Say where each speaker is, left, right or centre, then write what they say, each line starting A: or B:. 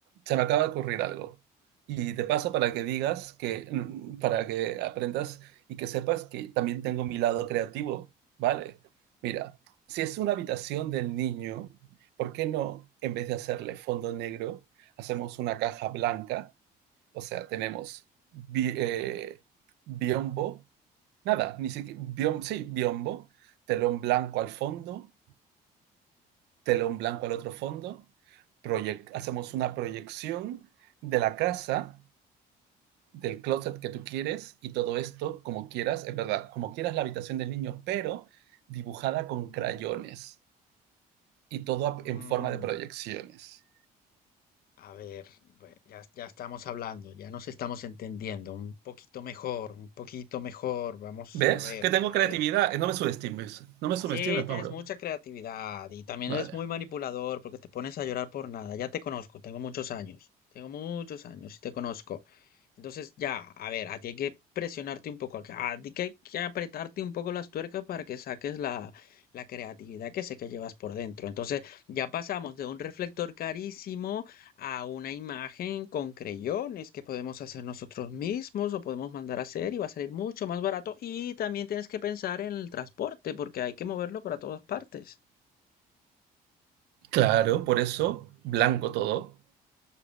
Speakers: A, on the right (about 85°); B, on the left (about 60°).
A: Se me acaba de ocurrir algo. Y de paso para que digas que, mm, para que aprendas y que sepas que también tengo mi lado creativo, ¿vale? Mira, si es una habitación del niño, ¿por qué no, en vez de hacerle fondo negro, hacemos una caja blanca o sea, tenemos Bi- eh, Biombo, nada, ni siquiera, Biom- sí, Biombo, telón blanco al fondo, telón blanco al otro fondo, proyec- hacemos una proyección de la casa, del closet que tú quieres y todo esto como quieras, es verdad, como quieras la habitación del niño, pero dibujada con crayones y todo
B: Mm.
A: en forma de proyecciones.
B: A ver, bue- ya, ya estamos hablando, ya nos estamos entendiendo un poquito mejor, un poquito mejor. Vamos
A: ¿Ves?
B: a ver,
A: Que tengo
B: a
A: creatividad.
B: ver.
A: Eh, No me subestimes. No me
B: Sí,
A: subestimes, Mauro.
B: tienes mucha creatividad y también
A: Vale.
B: eres muy manipulador porque te pones a llorar por nada. Ya te conozco, tengo muchos años, tengo muchos años y te conozco. Entonces, ya, a ver, a ti hay que presionarte un poco, a ti que hay que apretarte un poco las tuercas para que saques la, la creatividad que sé que llevas por dentro. Entonces, ya pasamos de un reflector carísimo a una imagen con creyones que podemos hacer nosotros mismos o podemos mandar a hacer y va a salir mucho más barato. Y también tienes que pensar en el transporte porque hay que moverlo para todas partes.
A: Claro, por eso, blanco todo,